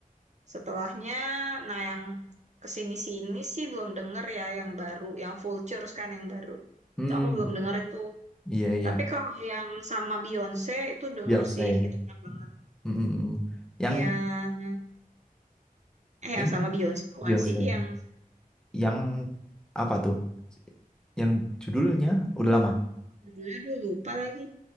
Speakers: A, on the right (about 50°); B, in the centre.
A: setelahnya, nah yang kesini-sini sih belum denger ya yang baru, yang Vultures kan yang baru.
B: hmm,
A: Itu aku belum denger itu.
B: iya iya
A: Tapi kalau yang sama Beyonce itu denger
B: Beyonce
A: sih, itu banyak banget.
B: hmm, hmm, hmm. yang
A: Yang eh yang
B: ini
A: sama Beyonce bukan
B: Beyonce
A: sih yang
B: yang apa tuh yang judulnya udah lama
A: judulnya dulu lupa lagi.